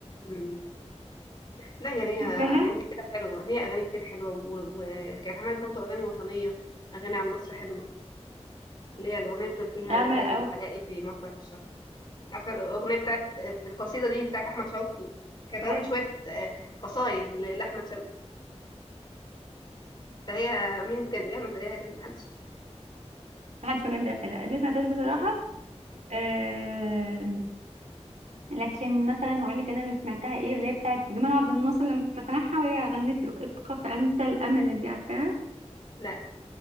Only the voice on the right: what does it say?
عارفاها
اعمى
او
لا
ما حدش كان بيعمل ده فعلا لا، دي ما سمعتهاش بصراحه آه... لكن مثلا هقول لك انا اللي سمعتها ايه اللي هي بتاعت جمال عبد الناصر لما تنحى وهي غنت له ابقى فانت الامل دي عارفاها